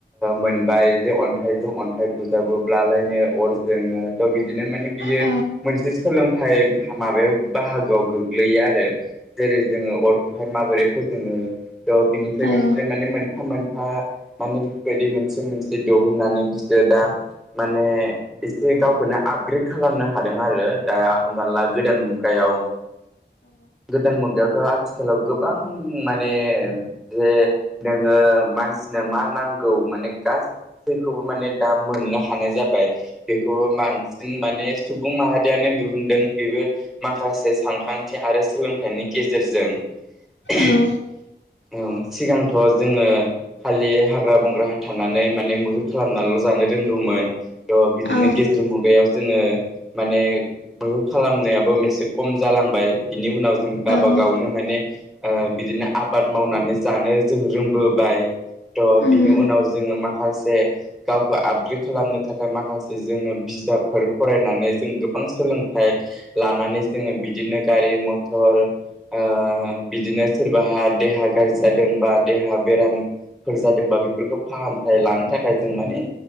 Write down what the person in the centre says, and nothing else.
मोनबाय जे अन्थाइजों अन्थाइ बुजाबोब्लालायनो अर जोङो थ' बिदिनो माने बियो।
मोनसे सोलोंथाइ माबायाव बाहागोआव गोग्लैयो आरो जेरै जोङो अरखौहाय माबोरै फोजोङो थ' बिनिफ्राय
बिसोरो माने मोनफा मोनफा माने बेफोरबायदि मोनसे मोनसे दिहुननानै बिसोरो दा माने एसे गावखौनो आपग्रेड खालामनो हादों आरो दा हना ला गोदान मुगायाव गोदान मुगायावथ' आथिखालाव गोबां माने जे नोङो मानसिनो मा नांगौ माने गासैखौबो माने दा मोननो हानाय जाबाय बेखौ बांसिन माने सुबुं माहारियानो दिहुनदों बेबो माखासे सानखांथि आरो सोलोंथाइनि गेजेरजों <unintelligible>
औ सिगांथ' जोङो खालि हाग्रा बंग्रा थानानै माने मैहुर खालामनानैल' जानो रोंगौमोन थ' बिदिनो
गेजेर मुगायाव जोङो माने मैहुर खालामनायाबो मोनसे खम जालांबाय बिनि उनाव जों गावबा
गावनो माने ओ बिदिनो आबाद मावनानै जानो जों रोंबोबाय थह
बिनि उनाव जोङो माखासे गावखौ आपग्रेड खालामनो थाखाय माखासे जोङो बिजाबफोर फरायनानै जों गोबां सोलोंथाइ लानानै जोङो बिदिनो गारि मथर ओ बिदिनो सोरबाहा दे हा गाज्रि जादों बा देहा बेरामफोर जादोंबा बेफोरखौ फाहामथाय लानो थाखाय जों माने